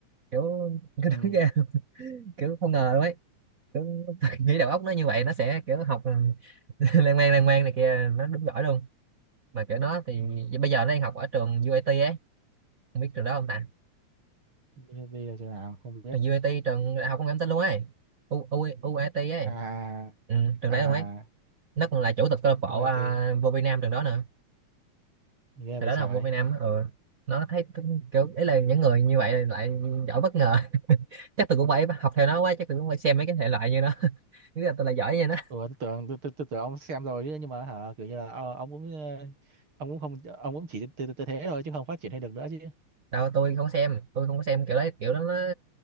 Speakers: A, on the right (about 85°); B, on the right (about 45°).
A: kiểu <laughs> cái
B: ừ,
A: đúng ra <laughs> kiểu không ngờ luôn ấy kiểu, tôi nghĩ đầu óc nó như vậy nó sẽ kiểu học <laughs> lan man lan man này kia nó đúng giỏi luôn mà kiểu nó thì
B: ừ.
A: bây giờ nó đang học ở trường UAT ấy không biết trường đó không ta
B: Bây bây giờ chỗ nào không biết
A: trường u UIT trường đại học công nghệ thông tin luôn ấy U, U, UIT ấy
B: à
A: ừ, trường
B: à
A: đấy luôn ấy nó còn là chủ tịch câu lạc bộ
B: OIT
A: à, vô Việt Nam trường đó nữa
B: ghê
A: trường
B: vậy
A: đó
B: trời
A: nó học vô Việt Nam ừ. nó thấy cũng kiểu ấy là những người như vậy lại giỏi bất ngờ <laughs> chắc tôi cũng phải học theo nó quá chắc tôi cũng phải xem mấy cái thể loại như nó <laughs> nghĩ là tôi là giỏi như nó
B: ừ, tôi tưởng tôi, tôi, tôi tưởng ông xem rồi chứ nhưng mà hả kiểu như là ờ, ông cũng ờ, ông cũng không ông cũng chỉ tới, tới, tới thế thôi chứ không phát triển hay được nữa chứ
A: đâu tôi không xem tôi không có xem kiểu đấy kiểu đó nó